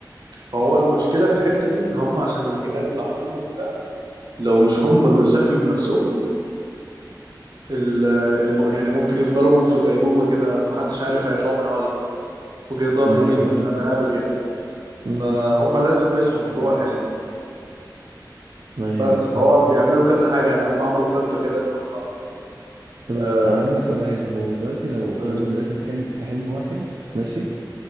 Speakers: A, on the right (about 60°); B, on the right (about 75°).
A: فهو المشكله في الحته دي ان هم عشان الجهاز اللي حاطينه وبتاع لو مش هم اللي صحيوا بنفسهم ال- الم... يعني ممكن يفضلوا في غيبوبه كده محدش عارف هيطلعوا منها ولا لا ممكن يفضلوا نايمين
B: ايوه
A: للابد
B: ايوه
A: ابد يعني فهم
B: امم
A: لازم يصحوا من جوه الحلم
B: ايوه
A: بس
B: ايوه فاهم
A: فهو بيعملوا كذا حاجه يعني هم عملوا خطه كده ان هم
B: طب
A: آه...
B: عندي سؤال هو دلوقتي لو
A: قول
B: هم
A: لي
B: دلوقتي في حلم في حلم واحد ماشي